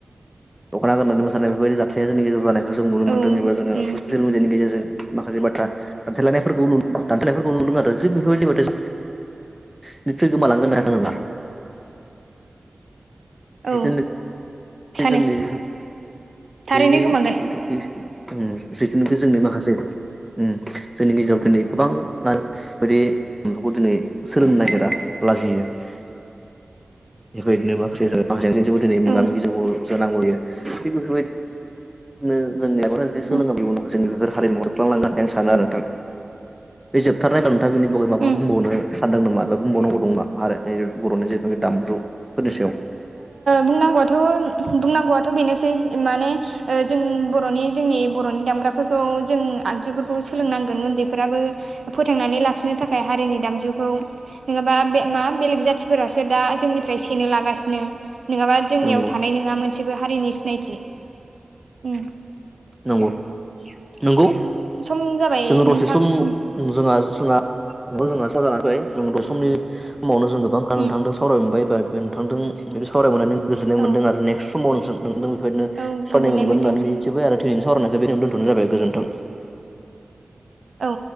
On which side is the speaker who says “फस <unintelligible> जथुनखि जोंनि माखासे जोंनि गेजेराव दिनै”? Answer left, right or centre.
Centre